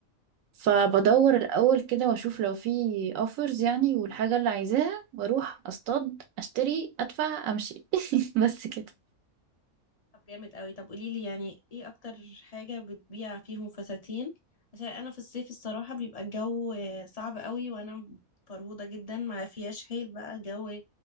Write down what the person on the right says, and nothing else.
فبدور الأول كده وأشوف لو في اوفرز يعني والحاجة اللي عايزاها وأروح أصطاد أشتري أدفع أمشي <laughs> بس كده